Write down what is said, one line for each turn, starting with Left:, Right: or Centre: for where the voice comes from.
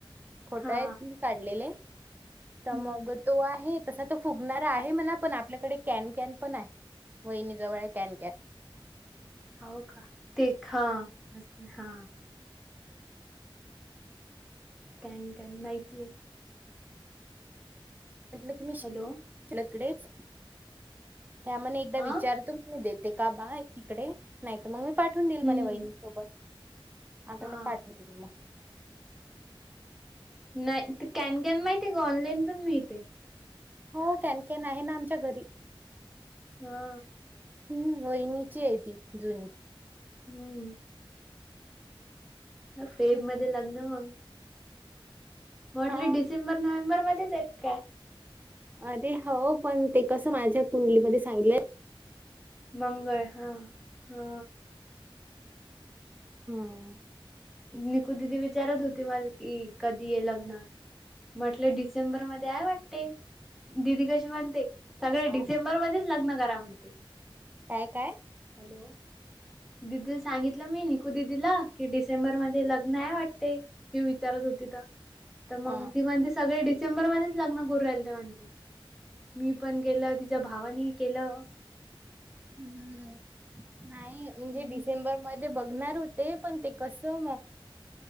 Right: फोटो
Centre: हा
Right: आहेत ना काढलेले? तर
Centre: हम्म
Right: मग तो आहे तसा तो फुगणारा आहे म्हणा पण आपल्याकडे कॅन कॅन पण आहे. वहिणीनी जवळ हे कॅन कॅन.
Centre: हाव का ते खा मस्त हा.. कॅन कॅन माहिती आहे.
Right: म्हटलं की मी
Centre: हॅलो
Right: कडेच त्यामध्ये एकदा
Centre: हा
Right: विचारतो मग दे ते का बा इकडे नाही तर मग मी पाठवून देईल
Centre: हम्म
Right: म्हणे वहिणी सोबत. आता
Centre: हा
Right: ते पाठवतील मग.
Centre: नाही ते कॅनकॅन माहित का ऑनलाईन पण मिळतय.
Right: हो कॅन कॅन आहे ना आमच्या घरी.
Centre: हा.
Right: हम्म वहिनीची आहे ती जुनी.
Centre: हम्म फेब
Right: हम्म
Centre: मध्ये लग्न मग, मला वाटलं
Right: हा
Centre: डिसेंबर नोव्हेंबर मध्येच आहेत काय,
Right: अरे हो पण ते कसं माझ्या कुंडलीमध्ये सांगितलय
Centre: मंगळ हा. हा.
Right: हम्.
Centre: निकू दिदी विचारत होती मला कि कधी ये लग्न? म्हटलं डिसेंबर मध्ये आहेय वाटते, दिदी कशी म्हणते सगळे
Right: हॅलो
Centre: डिसेंबर मध्येच लग्न करा म्हणते.
Right: काय काय?
Centre: हॅलो. दिदी ला सांगितलं मी निकू दिदीला की डिसेंबर मध्ये लग्न आहे वाटते ती विचारत होती, तर मग
Right: हा.
Centre: ती म्हणते सगळे डिसेंबरमध्येच लग्न करू राहिल म्हणते. मी पण केलं, तिच्या भावानी ही केलं,
Right: हम्म, नाही म्हणजे
Centre: हम्म
Right: डिसेंबरम ध्ये बघणार होते, पण ते कस म